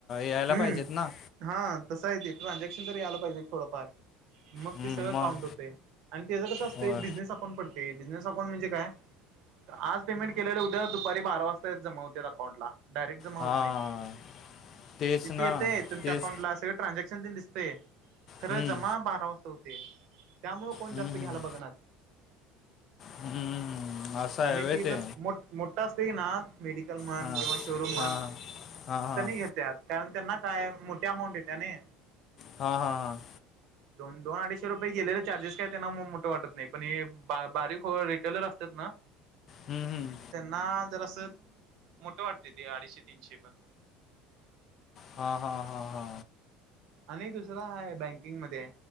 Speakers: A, on the left; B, on the right.
A: यायला
B: हम्म
A: पाहिजेत ना.
B: हा तसं आहे ते ट्रान्झॅक्शन तरी आला पाहिजे थोडंफार मग
A: हम्म,
B: ते सगळं
A: मग
B: काउंट होतय अन्.. त्याचं कसं असतं
A: होय
B: बिझनेस पडतेय बिझनेस अकाउंट म्हणजे काय? आज पेमेंट केलेले उद्या दुपारी बारा वाजता जमा होत अकाउंट ला डायरेक्ट जमा होत
A: हां
B: नाही.
A: तेच
B: तिथ
A: ना
B: येतय तुमच्या
A: तेच
B: अकाउंट सगळं ट्रान्जक्ट दिसतय.. खरं
A: हम्म,
B: जमा बारा वाजता होतेय. त्यामुळ कोण
A: हम्म,
B: जास्त घ्यायला बघणार
A: हम्म, हम्म. असं आहे
B: आणि
A: व्हय
B: की जण...
A: ते
B: मोठ -मोठा असते की ना? मेडिकल म्हण
A: हां
B: किंवा शोरूम म्हण..
A: हां हां हां
B: तनी घेत्यात. कारण त्यांना काय.. मोठी अमाऊंट येते नई
A: हा.. हा.. हा
B: दोन.. दोन अडीचशे रुपये गेलेले चार्जेस काय त्यांना मग म.. मोठे वाटत नाही पण बा.. बारीक रिटेलर असतात ना
A: हम्म,
B: त्यांना जर असं.. मोठ वाटतय ते अडीचशे- तीनशे पण
A: हा.. हा.. हा.. हा
B: आणि दुसर हाय बँकिंग मध्ये